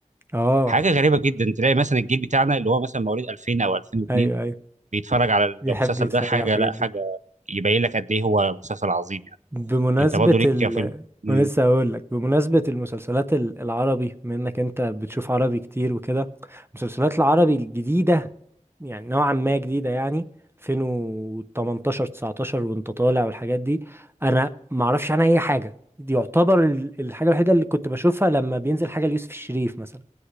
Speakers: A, on the right; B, on the right.
A: اه
B: حاجه غريبه جدا تلاقي مثلا الجيل بتاعنا اللي هو مثلا مواليد 2000 او 2002
A: ايوه ايوه
B: بيتفرج على المسلسل
A: بيحب يتفرج
B: ده حاجه
A: على الحاجات
B: لا
A: دي
B: حاجه يبين لك قد ايه هو مسلسل عظيم يعني
A: بمناسبة
B: انت برضه ليك
A: ال
B: في ال- م-
A: أنا لسه هقول لك بمناسبة المسلسلات ال- العربي بما انك انت بتشوف عربي كتير وكده المسلسلات العربي الجديدة يعني نوعا ما جديدة يعني 2018 19 وانت طالع والحاجات دي انا ما اعرفش عنها اي حاجة دي يعتبر ال- الحاجة الوحيدة اللي كنت بشوفها لما بينزل حاجة ليوسف الشريف مثلا